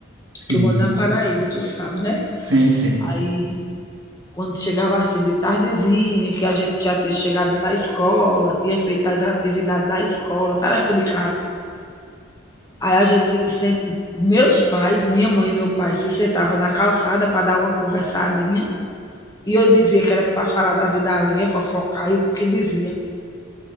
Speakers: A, on the right; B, on the left.
A: Sim,
B: Que eu moro na Paraíba, tu sabe, né?
A: sim, sim.
B: Aí Quando chegava assim de tardezinha, que a gente já tinha chegado da escola, tinha feito as atividades da escola, tarefa de casa. Aí a gente se senta, meus pais, minha mãe e meu pai se sentavam na calçada para dar uma conversadinha, e eu dizia que era para falar da vida alheia, fofocar, e o que dizia.